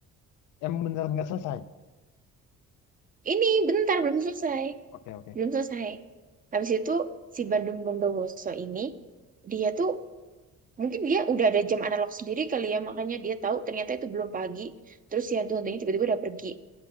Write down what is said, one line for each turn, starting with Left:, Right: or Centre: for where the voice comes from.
Left: emang beneran nggak selesai.
Right: ini bentar belum selesai,
Left: Oke oke.
Right: belum selesai. Habis itu si Bandung Bondowoso ini dia tuh mungkin dia udah ada jam analog sendiri kali ya makanya dia tahu ternyata itu belum pagi. Terus si hantu-hantunya tiba-tiba udah pergi.